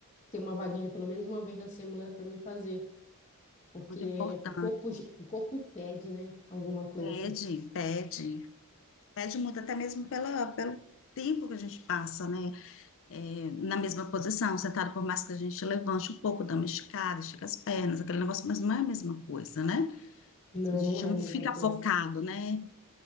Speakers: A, on the left; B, on the left.
A: ter uma vaguinha pelo menos uma vez na semana para mim fazer, porque
B: Muito importante.
A: o corpo, ge- o corpo pede, né? Alguma coisa
B: Pede,
A: assim.
B: pede. Pede muito, até mesmo pela, pelo tempo que a gente passa, né? É, na mesma posição, sentado, por mais que a gente levante um pouco, dá uma esticada, estica as pernas, aquele negócio, mas não é a mesma coisa, né?
A: Não,
B: A gente
A: não é
B: não
A: a mesma
B: fica
A: coisa,
B: focado, né?